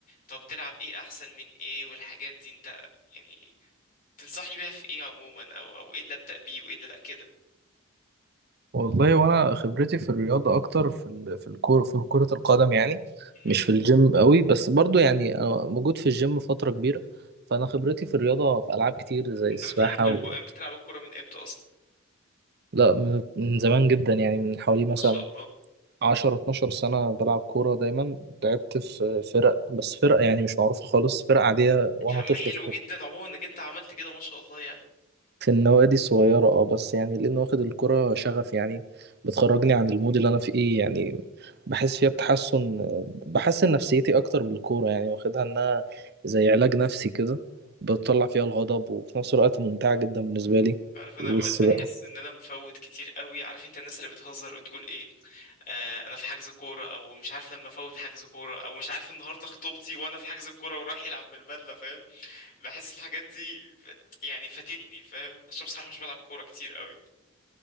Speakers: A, on the left (about 40°); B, on the right (about 50°).
A: طب تلعب ايه احسن من ايه والحاجات دي انت يعني تنصحني بيها في ايه عموما او او ايه اللي ابدا بيه وايه اللي لا كده
B: والله وانا خبرتي في الرياضه اكتر في ال- في الكوره في كره القدم يعني
A: مهم.
B: مش في الجيم قوي بس برضو يعني انا موجود في الجيم فتره كبيره فانا خبرتي في الرياضه في العاب كتير زي
A: انت
B: السباحه
A: بتحب الكو...
B: و...
A: بتلعب الكوره من امتى اصلا
B: لا من من زمان جدا يعني من حوالي مثلا
A: ما شاء الله
B: 10 12 سنه بلعب كوره دايما لعبت في فرق بس فرق يعني مش معروفه خالص فرق عاديه وانا
A: يا عم
B: طفل
A: حلو جدا عموما انك انت عملت كده ما شاء الله يعني
B: في النوادي الصغيرة اه بس يعني لأنه واخد الكرة شغف يعني بتخرجني عن المود اللي أنا فيه يعني بحس فيها بتحسن بحسن نفسيتي أكتر بالكورة يعني واخدها إنها زي علاج نفسي كده بتطلع فيها الغضب وفي نفس الوقت ممتعة جدا بالنسبة لي
A: عارف انا
B: بس
A: اوقات بحس
B: بقى-
A: ان انا مفوت كتير قوي عارف انت الناس اللي بتهزر وتقول ايه آه انا في حجز كوره او مش عارف لما افوت حجز كوره او مش عارف النهارده خطوبتي وانا في حجز الكوره وراح يلعب بالبدله فاهم بحس الحاجات دي ف... يعني فاتتني فاهم عشان بصراحه مش بلعب كوره كتير قوي